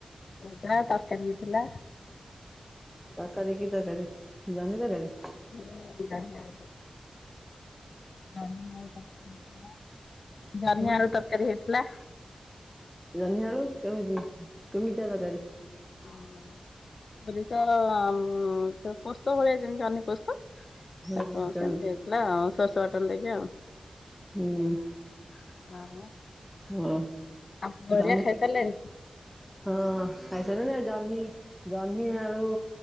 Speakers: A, on the left; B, in the centre.
A: ଭଜା ତରକାରୀ ହେଇଥିଲା।
B: ତକାରୀ କି ତକାରୀ ଜହ୍ନି ତକାରୀ।
A: ହୁଁ <unintelligible> ଜହ୍ନି ଆଳୁ ତରକାରୀ ହେଇଥିଲା ଜହ୍ନି
B: ହୁଁ
A: ଆଳୁ ତରକାରୀ ହେଇଥିଲା।
B: ଜହ୍ନିଆଳୁ କେମିତି କେମିତିଆ ତରକାରୀ।
A: ଉଁ ସୋରିଷ ଉ ପୋସ୍ତ ଭଳିଆ ଯେମିତି ଜହ୍ନି ପୋସ୍ତ।
B: ହୁଁ
A: ତାକୁ ଉ
B: କେମିତି
A: ସେମିତି ହେଇଥିଲା ଆଉ ଶୋରିଷ ବାଟଣ ଦେଇକି ଆଉ।
B: ହୁଁ
A: <inaudible> ଆଉ
B: ହଁ
A: ଆଉ ପୁଅ ହରିଆ
B: ଜହ୍ନି
A: ଖାଇ ସାରିଲେଣି।
B: ହଁ ଖାଇସାଇଲୁଣି ଆଉ ଜହ୍ନି ଜହ୍ନି ଆଳୁ